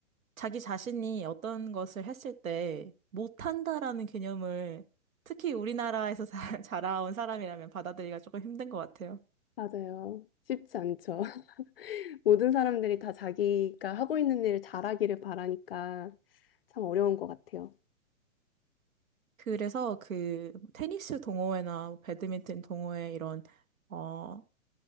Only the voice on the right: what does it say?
자기 자신이 어떤 것을 했을 때 못한다라는 개념을 특히 우리나라에서 자, <laughs> 자라온 사람이라면 받아들이기가 조금 힘든 것 같아요.
그래서 그 테니스 동호회나 배드민턴 동호회 이런 어,